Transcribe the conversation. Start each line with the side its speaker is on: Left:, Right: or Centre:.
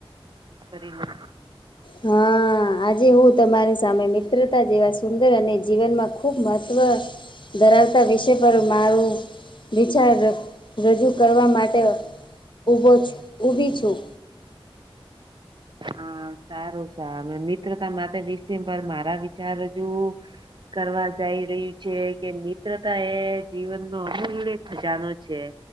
Right: કરી રીંગ
Left: હા આજે હું તમારી સામે મિત્રતા જેવા સુંદર અને જીવનમાં ખુબ મહત્વ. ધરાવતા વિષય પર મારું વિચાર રજૂ કરવા માટે ઉભો ઊભી છું
Right: હા સારું મિત્રતા માટે વિષેમાં મારા વિચાર હજુ. કરવા જઈ રહ્યું છે. કે મિત્રતા એ જીવનનો અમુલ્ય ખજાનો છે.